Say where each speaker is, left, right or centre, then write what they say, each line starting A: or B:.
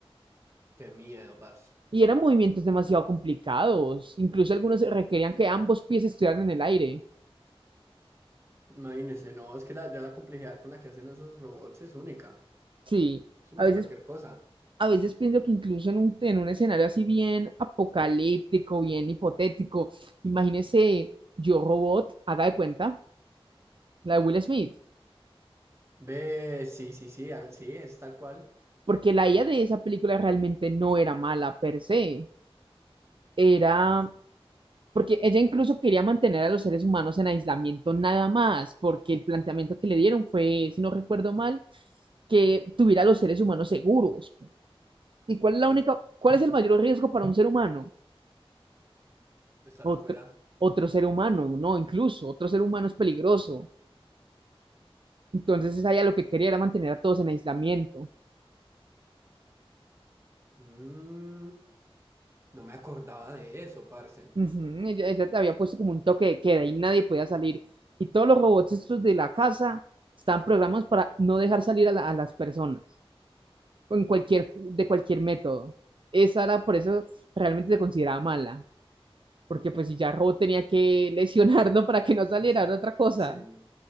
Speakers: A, on the right; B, on the right.
A: qué miedo, parce.
B: Y eran movimientos demasiado complicados. Incluso algunos requerían que ambos pies estuvieran en el aire.
A: Imagínese, no, es que la- ya la complejidad con la que hacen esos robots es única.
B: Sí,
A: Eso no
B: a
A: es
B: veces,
A: cualquier cosa.
B: a veces pienso que incluso en un, en un escenario así bien apocalíptico, bien hipotético, imagínese Yo Robot, haga de cuenta, la de Will Smith.
A: Ve, sí, sí, sí, a- sí, es tal cual,
B: Porque la IA de esa película realmente no era mala per se. Era porque ella incluso quería mantener a los seres humanos en aislamiento nada más, porque el planteamiento que le dieron fue, si no recuerdo mal, que tuviera a los seres humanos seguros. ¿Y cuál es la única, cuál es el mayor riesgo para un ser humano?
A: estar
B: Otro,
A: afuera.
B: otro ser humano, no, incluso otro ser humano es peligroso. Entonces ella lo que quería era mantener a todos en aislamiento.
A: Mm, no me acordaba de eso, parce.
B: Ujú, Ella, ella te había puesto como un toque de queda y nadie podía salir. Y todos los robots estos de la casa están programados para no dejar salir a la- a las personas. en cualquier, de cualquier método. Esa era por eso realmente se consideraba mala, porque pues si ya Robo tenía que lesionarlo <laughs> para que no saliera
A: <laughs>
B: era otra cosa.
A: Sí, no,